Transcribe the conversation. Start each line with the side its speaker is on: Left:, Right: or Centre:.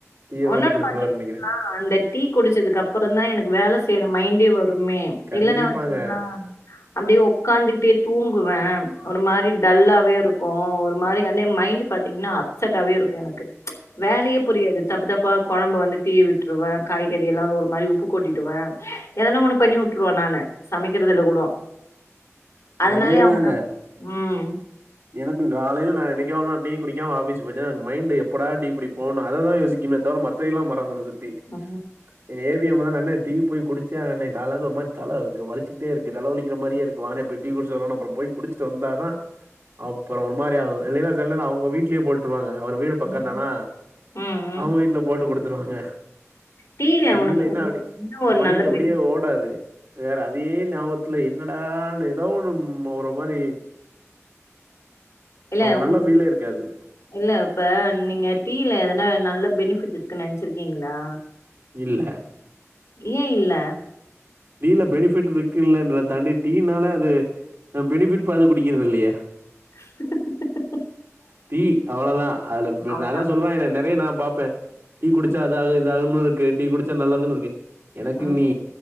Right: டீய
Left: ஒன்னொன்னு
Right: போட்டு குடுத்துருவாருன்னு
Left: பாத்தீங்கன்னா
Right: நெனைக்கிறே
Left: அந்த டீ குடிச்சதுக்கு அப்பற தா எனக்கு வேலை செய்ற மைண்டே வருமே
Right: கண்டிப்பாங்க
Left: இல்லன்னா வச்சீங்களா அப்டியே உக்காந்துட்டே தூங்குவே ஒரு மாரி டல்லாவே இருக்கு ஒரு ஒரு மாரி அண்ணே மைண்ட் பாத்தீங்கன்னா அப்செட் ஆவே இருக்கு எனக்கு வேலையே புரியாது தப்பு தப்பா கொழம்பு வந்து தீய விட்டுருவே காய்கறி எல்லா ஒரு மாரி உப்பு கொட்டிடுவே எதனா ஒண்ணு பண்ணி விட்ருவவே நானு சமைக்கிறதுல கூட அதனாலயே
Right: அதேதாங்க
Left: அவங்க ந ம்
Right: எனக்கு காலையில நான் என்னைக்கோ ஒரு நாள் டீ குடிக்காம ஆபீஸ் போயிட்டே மைண்ட் எப்டா டீ குடிப் போஅததா யோசிக்கணுமே தவிர மத்தெல்லா மறந்துறு சுத்தி
Left: ம்
Right: ஏ <unintelligible> டீ போய் குடிச்ச காலந்து ஒருமாரி தல வலிச்சிக்கிட்டே இருக்கு தலை வலிக்கிற மாரியே இருக்கு டீ குடிச்சிட்டு அப்புறம் போய்ப குடிச்சுட்டு வந்தாதா அப்றோ ஒரு மாரி செல நேரோ அவங்க வீட்லயே போட்டு வாங்க அவர் வீடு பக்கம்தானா
Left: ம் ம் ம்
Right: அவங்க வீட்டுல போட்டு குடுத்துருவாங்க
Left: டீல
Right: இல்லைன்னா
Left: உனக்கு
Right: அப்படி
Left: என்ன ஒரு
Right: மைண்ட்
Left: நல்ல
Right: அப்டியே
Left: பெனிஃபிட்
Right: ஓட வேற அதே ஞாபகத்துல என்னடான்னு ஏதோ ஒரு மாதிரி
Left: இல்ல உங்களுக்கு
Right: நல்ல ஃபீலே இருக்காது
Left: இல்ல இப்ப நீங்க டீல எதனா நல்ல பெனிஃபிட் இருக்குன்னு நெனைச்சிருக்கீங்களா
Right: இல்ல
Left: ஏ இல்ல
Right: டீல பெனிஃபிட் இருக்கு இல்லலைன்ற தண்டி டீனாலே அது பெனிஃபிட் பாத்து குடிக்கிறது இல்லயே
Left: <inaudible>
Right: டீ அவ்வளதா அதுல
Left: அவ்ளோதா
Right: நா தா சொல்றே இத நெறைய நா பாப்பே டீ குடிச்சா
Left: ம்
Right: அதாக இதாகன்னு இருக்கு டீ குடிச்சா நல்லதுன்னு இருக்கு எனக்கு
Left: ம்
Right: நீ